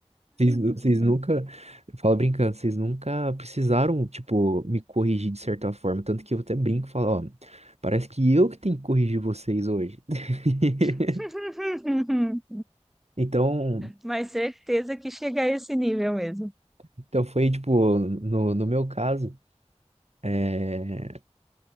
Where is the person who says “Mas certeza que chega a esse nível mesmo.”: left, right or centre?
Centre